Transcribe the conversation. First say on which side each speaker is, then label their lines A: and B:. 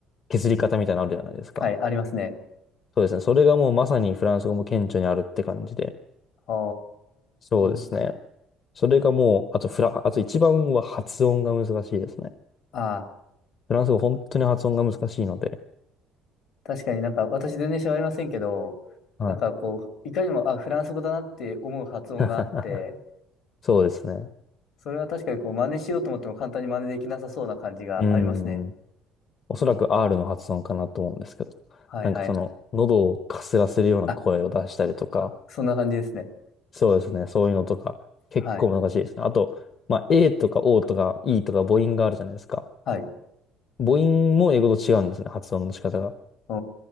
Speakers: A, on the left (about 45°); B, on the left (about 65°).
A: 削り方みたいなのあるじゃないですか。
B: はい、ありますね。
A: そうですね。それがもうまさにフランス語も顕著にあるって感じで。
B: ほ
A: そうですね。
B: ー。
A: それがもう、あとフラ、あと一番は発音が難しいですね。
B: ああ、
A: フランス語本当に発音が難しいので。
B: 確かになんか、私全然喋れませんけど、
A: はい。
B: なんかこう、いかにも、あ、フランス語だなって思う発音があって、
A: <laughs> そうですね。
B: それは確かにこう真似しようと思っても簡単に真似できなさそうな感じがありますね。
A: うん。おそらく R の発音かなと思うんですけど。
B: はいはい。
A: なんかその、喉をかすらせるような声を出したりとか、
B: あ、そんな感じですね。
A: そうですね。そういうのとか、結構難しいですね。
B: はい。
A: あと、まあ、A とか O とか E とか母音があるじゃないですか。
B: はい。
A: 母音も英語と違うんですね。発音の仕方が。
B: お